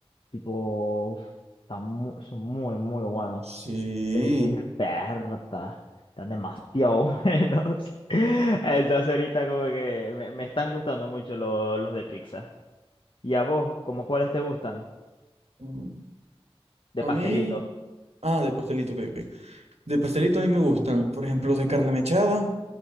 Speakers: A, on the left (about 55°); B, on the right (about 80°).
A: tipo, uf, están mu- son muy, muy buenos.
B: Sí.
A: Entonces dije, Berta, están demasiado <laughs> buenos. Entonces ahorita como que me, me están gustando mucho los, los de pizza. ¿Y a vos, como cuáles te gustan?
B: Mm,
A: De pastelito.
B: A mí. Ah, de pastelito, que De pastelito a mí me gustan, por ejemplo, de carne mechada.